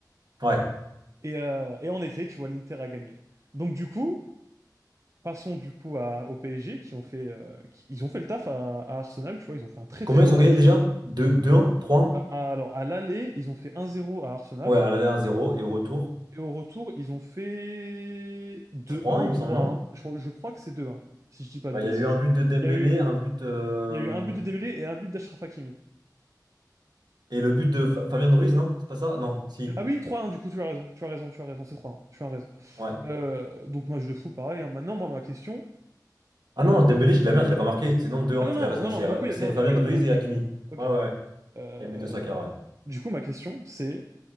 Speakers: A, on the right (about 70°); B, on the right (about 45°).
A: Ouais.
B: Et, euh, et en effet, tu vois, l'Inter a gagné. Donc du coup. Passons du coup à, au PSG qui ont fait, euh, qui- ils ont fait le taf à, à Arsenal, tu vois, ils ont fait un très
A: Combien
B: très beau
A: ils ont
B: match.
A: gagné déjà? 2, 2-1? 3-1?
B: À- Alors à l'aller, ils ont fait un zéro à Arsenal
A: Ouais, à l'aller 1 zéro et au retour
B: et au retour, ils ont fait deux
A: trois
B: un
A: 1
B: ou
A: il me
B: trois
A: semble, non?
B: un Je, crois je crois que c'est deux un si je dis pas
A: Bah,
B: de bêtises.
A: il y a eu un but de Dembélé,
B: Il y a eu,
A: un but euh,
B: il y a eu un but de Dembélé et un but d'Achraf Hakimi.
A: et le but de Fa- Fabian Ruiz, non? C'est pas ça? Non, si.
B: Ah oui, trois un du coup, tu as raison, tu as raison, tu as raison, c'est trois un tu as raison.
A: Ouais.
B: Euh, donc match de fou, pareil. hein. Maintenant, moi ma question.
A: Ah non, Dembélé, j'ai de la merde, il a pas marqué. C'est non deux
B: Ah
A: 1
B: non
A: t'avais
B: non
A: raison.
B: non
A: C'est
B: non, du
A: euh,
B: coup il y
A: c'est
B: a, non
A: Fabian
B: du coup il y
A: Ruiz
B: a deux un
A: et Hakimi.
B: Ok.
A: Ouais, ouais, ouais.
B: Euh,
A: Et but de Saka, ouais.
B: du coup ma question c'est